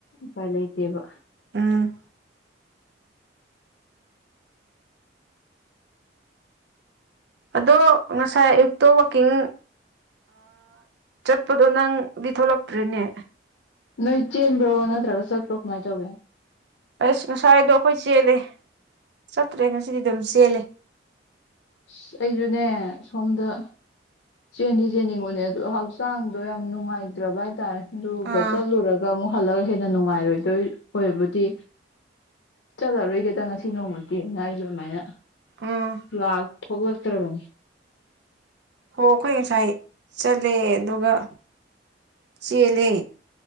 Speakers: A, on the left; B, on the right.
A: ꯐ ꯂꯩ ꯂꯩꯇꯦꯕ
B: ꯎꯝ ꯑꯗꯣ ꯉꯁꯥꯏ ꯑꯌꯨꯛꯇꯣ ꯋꯥꯛꯀꯤꯡ ꯆꯠꯄꯗꯣ ꯅꯪ ꯄ ꯊꯣꯛꯂꯛꯇ꯭ꯔꯔꯤꯅꯦ
A: ꯅꯣꯏ ꯆꯦꯟꯕ꯭ꯔꯣ ꯅꯠꯇ꯭ꯔꯒ ꯆꯠꯄ꯭ꯔꯣ ꯀꯃꯥꯏꯅ ꯇꯧꯒꯦ
B: ꯑꯁ ꯉꯁꯥꯏꯗꯣ ꯑꯩꯈꯣꯏ ꯆꯦꯜꯂꯦ ꯆꯠꯇ꯭ꯔꯦ ꯉꯁꯤꯗꯤ ꯑꯗꯨꯝ ꯆꯦꯜꯂꯦ
A: ꯑꯁ ꯑꯩꯁꯨꯅꯦ ꯁꯣꯝꯗ ꯆꯦꯟꯗꯤ ꯆꯦꯟꯅꯤꯡꯕꯅꯦ ꯑꯗꯣ ꯍꯛꯆꯥꯡꯗꯣ ꯌꯥꯝ ꯅꯨꯡꯉꯥꯏꯇ꯭ꯔꯕ ꯍꯥꯏꯇꯥꯔꯦ ꯑꯗꯨꯒ
B: ꯑꯥ
A: ꯆꯠꯂꯨꯔꯒ ꯑꯃꯨꯛ ꯍꯜꯂꯒ ꯍꯦꯟꯅ ꯅꯨꯡꯉꯥꯏꯔꯣꯏꯗꯣꯏ ꯑꯣꯏꯕꯨꯗꯤ ꯆꯠꯂꯔꯣꯏꯒꯦꯗ ꯉꯁꯤ ꯅꯣꯡꯃꯗꯤ ꯉꯥꯏꯁꯨ ꯑꯗꯨꯃꯥꯏꯅ
B: ꯎꯝ
A: ꯂ ꯍꯂ ꯇꯔꯒꯅꯤ
B: ꯑꯣ ꯑꯩꯈꯣꯏ ꯉꯁꯥꯏ ꯆꯠꯂꯦ ꯑꯗꯨꯒ ꯆꯦꯜꯂꯦ